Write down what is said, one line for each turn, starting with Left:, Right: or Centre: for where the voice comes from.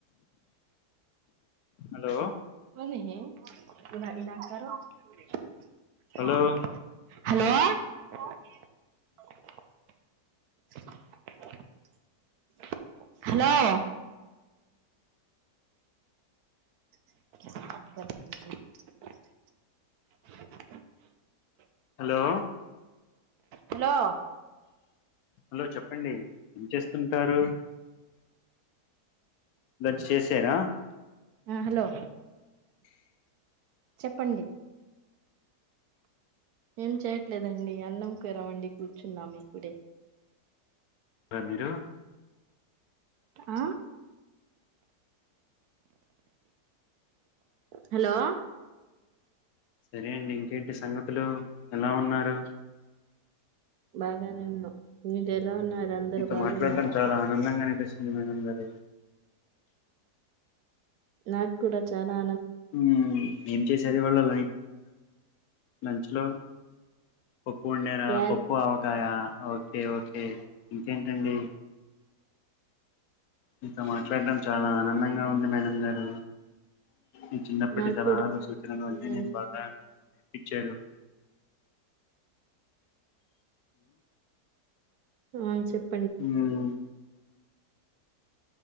Left: hello
Right: hello
Left: hello
Right: hello కస
Left: హలో
Right: హలో
Left: హలో చెప్పండి ఏం చేస్తుంటారు దట్ చేశారా
Right: ఆ హలో చెప్పండి ఏం చేయట్లేదండి అన్నం కుర వండి కూర్చున్నాం ఇప్పుడే
Left: రా మీరు
Right: ఆ హలో
Left: సరే అండి ఇంకేంటి సంగతులు ఎలా ఉన్నారు
Right: బాగానే ఉన్నా మీరు ఎలా ఉన్నారు అందరు
Left: మీతో
Right: బాగున్నారా
Left: మాట్లాడం చాలా ఆనందంగా స్లీమ నంబరే
Right: నాకు కూడా చానా
Left: మ్ ఏం చేసారు ఇవళ్ళా లా లంచ్ లో పప్పు ఉండేర
Right: క్యారెట్
Left: పప్పు ఆవకాయ ఓకే ఓకే ఇంకేంటండి మీతో మాట్లాడటం చాలా ఆనందంగా ఉంది మేడం గారు ఈ చిన్నప్పటి
Right: నాకు
Left: సలహాలు
Right: కూడా చాలా
Left: సూచనలు
Right: ఆనందంగా
Left: అన్న నేను బాగా
Right: ఉంది
Left: చ్చారు
Right: ఆ చెప్
Left: మ్